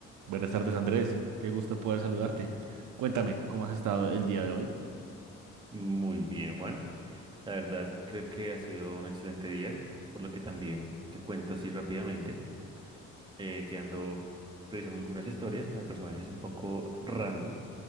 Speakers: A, on the right; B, on the right.
A: Buenas tardes, Andrés. Qué gusto poder saludarte. Cuéntame, ¿cómo has estado el día de hoy?
B: Muy bien, Juan. La verdad, creo que ha sido un excelente día, por lo que también te cuento así rápidamente, eh, que ando revisando algunas historias con personajes un poco random.